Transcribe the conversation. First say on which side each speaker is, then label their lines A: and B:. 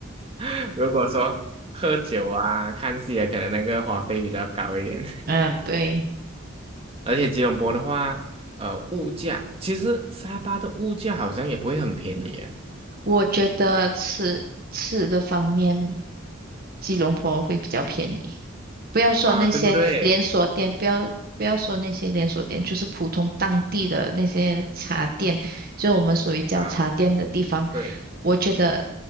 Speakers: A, on the right; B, on the right.
A: <laughs> 如果说喝酒啊、看戏啊，可能那个花费比较高一点。
B: 嗯，对。
A: <laughs> 而且吉隆坡的话，呃，物价其实沙巴的物价好像也不会很便宜耶
B: 我觉得吃吃的方面，吉隆坡会比较便宜。不要说那些连锁店，
A: 啊，对不对？
B: 不要不要说那些连锁店，就是普通当地的那些茶店，就我们所谓叫茶店的地方，
A: 啊，对，
B: 我觉得